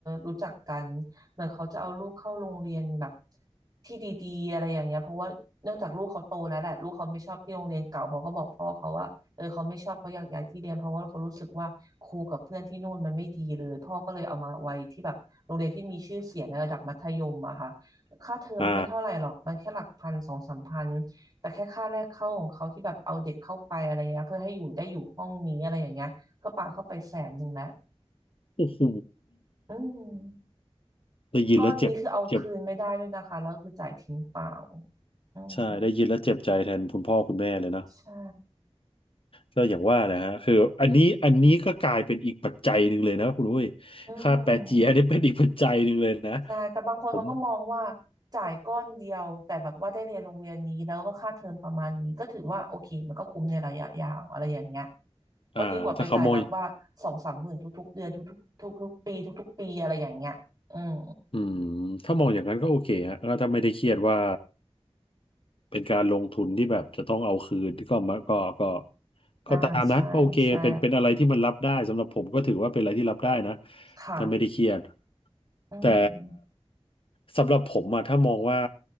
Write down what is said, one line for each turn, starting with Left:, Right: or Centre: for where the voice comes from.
Right: รู้จักกันเหมือนเขาจะเอาลูกเข้าโรงเรียนแบบที่ดีๆอะไรอย่างเงี้ยเพราะว่าเนื่องจากลูกเขาโตแล้วแหละลูกเขาไม่ชอบที่โรงเรียนเก่าเขาก็บอกพ่อเขาว่าเออเขาไม่ชอบเขาอยากย้ายที่เรียนเพราะว่าเขารู้สึกว่าครูกับเพื่อนที่นู่นมันไม่ดีเลยพ่อก็เลยเอามาไว้ที่แบบโรงเรียนที่มีชื่อเสียงในระดับมัธยมอะค่ะค่าเทอมไม่เท่าไหร่หรอกมันแค่หลักพันสองสามพัน
Left: อ่า
Right: แต่แค่ค่าแรกเข้าของเขาที่แบบเอาเด็กเข้าไปอะไรเงี้ยเพื่อให้อยู่ได้อยู่ห้องนี้อะไรอย่างเงี้ยก็ปาเข้าไปแสนหนึ่งแล้ว
Left: โอ้โห
Right: อืม
Left: ได้ยินแล้วเจ็บเจ็บ
Right: ก้อนนี้คือเอาคืนไม่ได้ด้วยนะคะแล้วคือจ่ายทิ้งเปล่าอืม
Left: ใช่ได้ยินแล้วเจ็บใจแทนคุณพ่อคุณแม่เลยนะ
Right: ใช่
Left: ก็อย่างว่านะฮะคืออันนี้อันนี้ก็กลายเป็นอีกปัจจัยหนึ่งเลยนะคุณอุ้ย
Right: อืม
Left: ค่าแป๊ะเจี๊ยะนี่เป็นอีกปัจจัยหนึ่งเลยนะ
Right: ใช่แต่บางคนเขาก็มองว่า
Left: ผม
Right: จ่ายก้อนเดียวแต่แบบว่าได้เรียนโรงเรียนนี้แล้วก็ค่าเทอมประมาณนี้ก็ถือว่าโอเคมันก็คุ้มในระยะยาวอะไรอย่างเงี้ยเพราะดีกว่าไปจ่ายแบบว่าสองสามหมื่นทุกๆเดือนทุกๆทุกๆปีทุกๆปีอะไรอย่างเงี้ยอืม
Left: อ่าถ้าเขามองอืมถ้ามองอย่างนั้นก็โอเคฮะก็้วถ้าไม่ได้เครียดว่า เป็นการลงทุนที่แบบจะต้องเอาคืนก็มาก็ก็
Right: อ่าใช่ใช่
Left: ก็ตามนั้นก็โอเคเป็นเป็นอะไรที่มันรับได้สำหรับผมก็ถือว่าเป็นอะไรที่รับได้นะ
Right: ค่ะ
Left: ถ้าไม่ได้เครียด
Right: อืม
Left: แต่สำหรับผมอะถ้ามองว่า